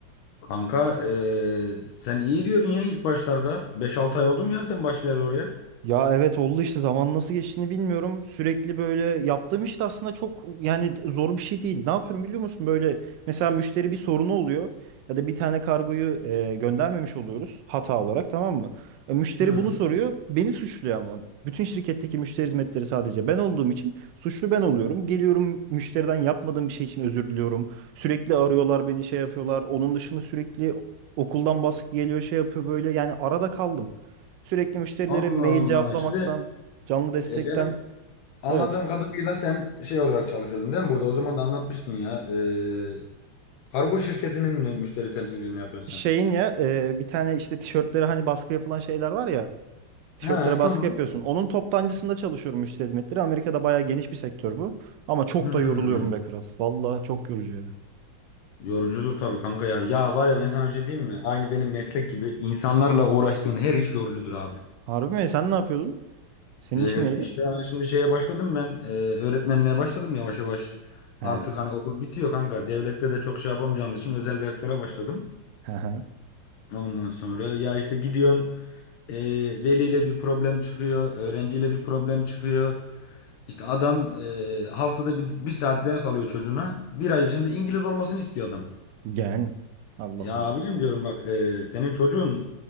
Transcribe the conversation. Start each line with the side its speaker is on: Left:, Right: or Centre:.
Left: Kanka eee, sen iyi diyordun ya ilk başlarda. Beş 6 ay oldu mu ya sen başlayalı oraya?
Right: Ya evet oldu işte zaman nasıl geçtiğini bilmiyorum. Sürekli böyle yaptığım işte aslında çok yani zor bir şey değil. Ne yapıyorum biliyor musun? Böyle mesela müşteri bir sorunu oluyor ya da bir tane kargoyu e, göndermemiş oluyoruz hata olarak tamam mı? E, müşteri
Left: Hı.
Right: bunu soruyor beni suçluyor ama. Bütün şirketteki müşteri hizmetleri sadece ben olduğum için suçlu ben oluyorum. Geliyorum müşteriden yapmadığım bir şey için özür diliyorum. Sürekli arıyorlar beni şey yapıyorlar. Onun dışında sürekli okuldan baskı geliyor şey yapıyor böyle yani arada kaldım. Sürekli müşterilere
Left: Allah
Right: mail
Left: Allah.
Right: cevaplamaktan,
Left: Şimdi
Right: canlı destekten.
Left: e, benim anladığım
Right: Evet.
Left: kadarıyla sen şey olarak çalışıyordun değil mi? Burada o zaman da anlatmıştın ya. Eee, kargo şirketinin mi müşteri temsilciliğini yapıyorsun
Right: Şeyin ya e, bir tane işte tişörtlere hani baskı yapılan şeyler var ya. Tişörtlere
Left: sen? He
Right: baskı
Left: tamam.
Right: yapıyorsun. Onun toptancısında çalışıyorum müşteri hizmetleri. Amerika'da bayağı geniş bir sektör bu. Ama çok
Left: Hmm.
Right: da yoruluyorum be kral. Vallahi çok yorucu yani.
Left: Yorucudur tabii kanka ya. Ya var ya ben sana bir şey diyeyim mi? Aynı benim meslek gibi insanlarla uğraştığın her iş yorucudur abi.
Right: Harbi mi? Sen ne yapıyordun? Senin
Left: Ee,
Right: işin neydi?
Left: işte hani şimdi şeye başladım ben e, öğretmenliğe başladım yavaş yavaş.
Right: He.
Left: Artık hani okul bitiyor kanka. Devlette de çok şey yapamayacağımız için özel derslere başladım.
Right: He he.
Left: Ondan sonra ya işte gidiyorsun e, veliyle bir problem çıkıyor. Öğrenciyle bir problem çıkıyor. İşte adam e, haftada bir, bir saat ders alıyor çocuğuna. Bir ay içinde İngiliz olmasını istiyor adam.
Right: Yani. Allah
Left: Ya
Right: Allah.
Left: abicim diyorum bak e, senin çocuğun